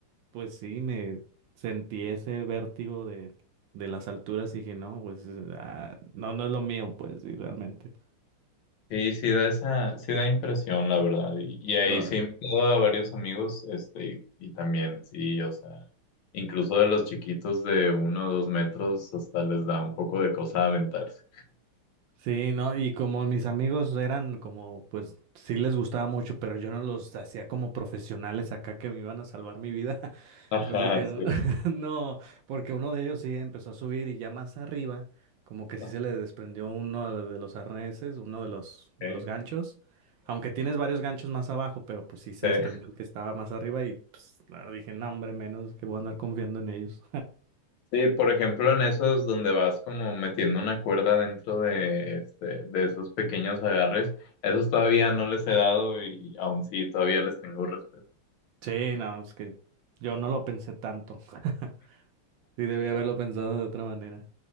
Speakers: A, on the right; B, on the left.
A: pues sí, me sentí ese vértigo de, de las alturas y dije, no, pues ah, no, no es lo mío, pues sí, realmente.
B: Sí, sí da esa, sí da impresión, la verdad. Y, y ahí
A: No.
B: sí he invitado a varios amigos, este, y, y también, sí, o sea, incluso de los chiquitos de uno o dos metros, hasta les da un poco de cosa aventarse.
A: Sí, no, y como mis amigos eran como, pues sí les gustaba mucho, pero yo no los hacía como profesionales acá que me iban a salvar mi vida. <laughs>
B: Ajá,
A: Entonces dije,
B: sí.
A: <laughs> no, porque uno de ellos sí empezó a subir y ya más arriba, como que sí
B: Ok,
A: se le desprendió uno de los arneses, uno de los, de
B: sí,
A: los ganchos. Aunque tienes varios ganchos más abajo, pero pues sí se
B: sí.
A: desprendió el que estaba más arriba y pues, no, dije, no, hombre, menos que voy a andar confiando en ellos.
B: Sí, por ejemplo, en esos donde vas como metiendo una cuerda dentro de, este, de esos pequeños agarres, esos todavía no les he dado y aún sí, todavía les tengo respeto.
A: <laughs> Sí, no, es que yo no lo pensé tanto. <laughs> Sí, debí haberlo pensado de otra manera.